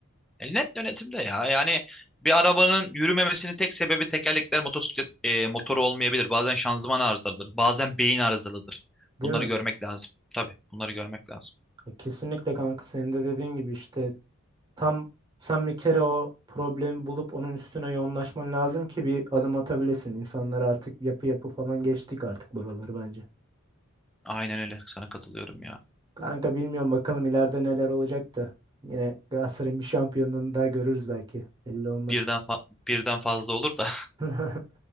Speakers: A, in the centre; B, on the right.
A: E, net yönetimde ya. Yani bir arabanın yürümemesinin tek sebebi tekerlekler motosiklet e, motoru olmayabilir. Bazen şanzıman arızalıdır. Bazen beyin arızalıdır.
B: Değil
A: Bunları
B: mi?
A: görmek lazım. Tabii bunları görmek lazım.
B: E, Kesinlikle kanka senin de dediğin gibi işte tam sen bir kere o problemi bulup onun üstüne yoğunlaşman lazım ki bir adım atabilesin. İnsanlar artık yapı yapı falan geçtik artık buraları bence.
A: Aynen öyle. Sana katılıyorum ya.
B: Kanka bilmiyorum bakalım ileride neler olacak da. Yine Galatasaray'ın bir şampiyonluğunu daha görürüz belki. Belli olmaz.
A: Birden fa- birden fazla olur da
B: <laughs>